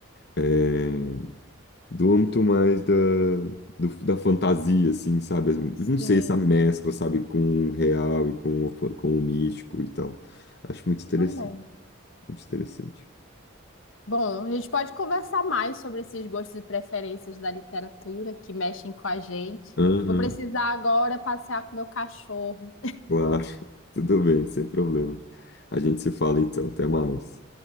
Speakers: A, on the left; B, on the left.
A: É, do âmbito mais da, do- da fantasia, assim, sabe? Eu
B: Sim,
A: Não sei, essa mescla, sabe, com o real e com o, fa- com o místico e tal. Acho muito interessante,
B: também.
A: muito interessante.
B: Bom, a gente pode conversar mais sobre esses gostos e preferências da literatura que mexem com a gente.
A: Aham,
B: Vou precisar agora passear com meu cachorro.
A: claro. <laughs> Tudo bem, sem problema. A gente se fala então, até mais.